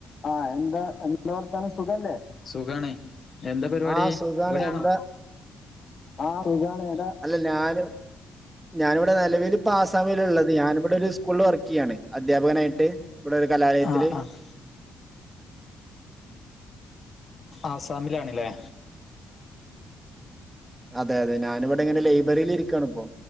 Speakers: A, on the left; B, on the right.
A: ആഹ് എന്താ വർത്താനം സുഖല്ലേ സുഖാണ് എന്താ പരിപാടി
B: ആ സുഖാണ്
A: വീടാണോ
B: എന്താ
A: ആ ഹ് സുഖാണിവിടെ
B: അല്ല ഞാന് ഞാനിവിടെ നെലവിൽ ഇപ്പൊ ആസാമില ഉള്ളത് ഞാനിവിടെ ഒരു സ്കൂള വർക്ക് ചെയ്യാണ് അധ്യാപകനായിട്ട് ഇവിടെ ഒരു കലാലയത്തില്
A: ആഹ് ആഹ് ആസാമിലാണ്ല്ലേ
B: അതെ അതെ ഞാനിവിടെ ഇങ്ങനെ ലൈബ്രറിൽ ഇരിക്കാണ് ഇപ്പോ